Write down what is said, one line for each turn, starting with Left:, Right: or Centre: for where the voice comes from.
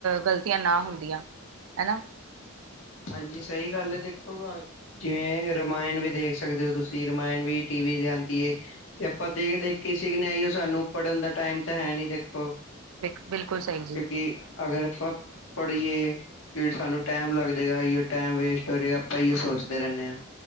Right: ਗ਼ਲਤੀਆਂ ਨਾ ਹੁੰਦੀਆਂ, ਹੈਨਾ।
Left: ਹਾਂਜੀ ਸਈ ਗੱਲ ਏ ਦੇਖੋ ਲਵਾ ਕੇ ਜਿਵੇਂ ਰਮਾਇਣ ਵੀ ਦੇਖ ਸਕਦੇ ਓ ਤੁਸੀਂ, ਰਮਾਇਣ ਵੀ ਟੀ ਵੀ ਤੇ ਆਂਦੀ ਏ। ਤੇ ਆਪਾਂ ਦੇਖ ਦੇਖ ਕੇ ਈ ਸਿਖਨਾ, ਐਈਓ ਸਾਨੂੰ ਪੜ੍ਹਨ ਦਾ ਟਾਈਮ ਤਾਂ ਹੈ ਨੀ ਦੇਖੋ।
Right: ਬਿਲ ਬਿਲਕੁਲ ਸਈ
Left: ਕਿਉਂਕਿ
Right: ਜੀ।
Left: ਅਗਰ ਆਪਾਂ ਪੜ੍ਹੀਏ ਕੀ ਸਾਨੂੰ ਟੈਮ ਲੱਗ ਜੇਗਾ ਐਈਓ ਟੈਮ ਵੇਸਟ ਹੋ ਜੇ ਆਪਾਂ ਐਈਓ ਸੋਚਦੇ ਰੈਣੇ ਆਂ।